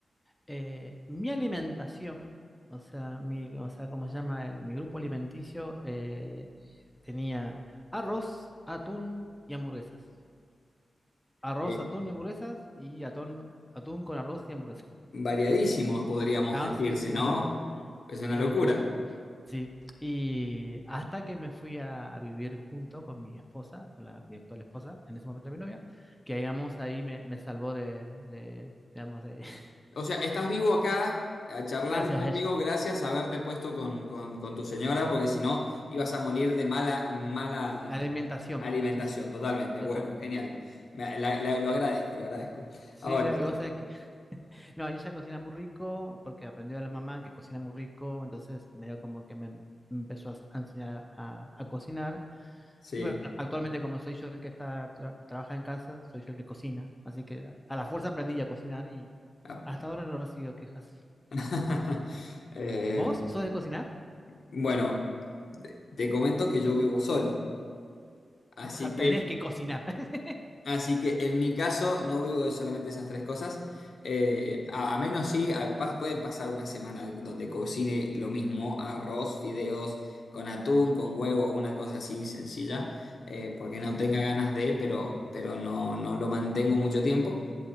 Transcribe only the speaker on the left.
Eh,
variadísimo, podríamos
decirse,
¿no?
Es una
locura.
O sea, estás vivo acá eh, charlando
conmigo
gracias a haberte puesto con, con- con tu señora, porque si no ibas a morir de mala, mala
alimentación,
totalmente.
Bueno, genial. Me- la- la- lo agradezco, lo agradezco.
Ahora,
sí.
Ah.
<laughs> Eh,
bueno, te te comento que yo vivo solo, así
que
Así que en mi caso no vivo de solamente esas tres cosas. Eh, a, a menos sí, a- pas- puede pasar una semana donde cocine lo mismo, arroz, fideos, con atún, con huevo, una cosa así sencilla, eh, porque no tenga ganas de, pero, pero no, no lo mantengo mucho tiempo.